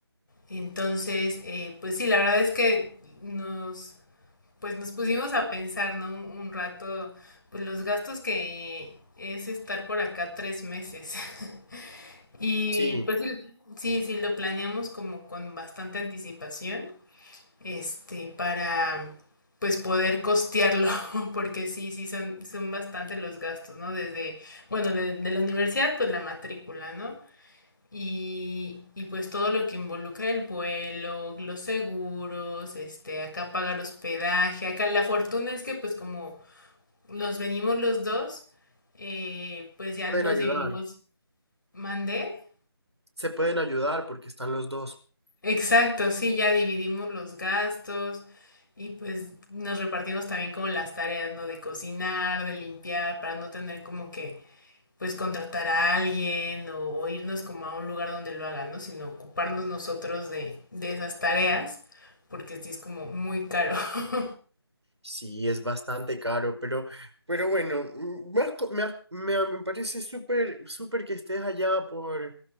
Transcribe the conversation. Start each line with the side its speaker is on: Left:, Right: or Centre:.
Left: Entonces, eh, pues sí, la verdad es que nos, pues nos pusimos a pensar, ¿no? Un, un rato, pues los gastos que es estar por acá tres meses. <laughs> Y
Right: Sí,
Left: pues sí, sí, sí, lo planeamos como con bastante anticipación este, para pues poder costearlo, <laughs> porque sí, sí son, son bastante los gastos, ¿no? Desde, bueno, de, de la universidad, pues la matrícula, ¿no? Y, y, pues todo lo que involucra el vuelo, los seguros, este, acá pagar hospedaje, acá la fortuna es que pues como nos venimos los dos, eh, pues ya
Right: pueden
Left: nos
Right: ayudar,
Left: dividimos, mandé.
Right: se pueden ayudar porque están los dos.
Left: Exacto, sí, ya dividimos los gastos y pues nos repartimos también como las tareas, ¿no? De cocinar, de limpiar, para no tener como que pues contratar a alguien o, o irnos como a un lugar donde lo hagan, ¿no? Sino ocuparnos nosotros de, de esas tareas, porque sí es como muy caro. <laughs>
Right: Sí, es bastante caro, pero, pero bueno, mm, me, has co- me, has- me- me parece súper, súper que estés allá por,